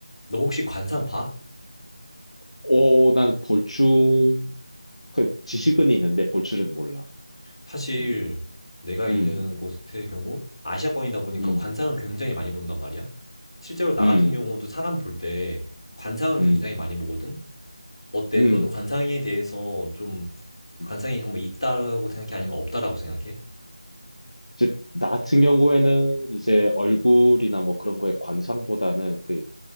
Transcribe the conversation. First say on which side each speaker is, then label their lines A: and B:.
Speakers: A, on the left (about 60°); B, on the left (about 80°).
A: 너 혹시 관상 봐?
B: 어, 난 볼줄, 그, 지식은 있는데 볼줄은 몰라.
A: 사실
B: 음,
A: 내가 있는
B: 음,
A: 곳의 경우 아시아권이다 보니까
B: 음,
A: 관상을 굉장히 많이 본단 말이야. 실제로 나
B: 음,
A: 같은 경우도 사람 볼 때 관상을 굉장히
B: 음,
A: 많이 보거든. 어때?
B: 음.
A: 너는 관상에 대해서 좀
B: 음.
A: 관상이 정말 있다라고 생각해? 아니면 없다라고 생각해?
B: 이제 나 같은 경우에는 이제 얼굴이나 뭐 그런 거에 관상보다는 그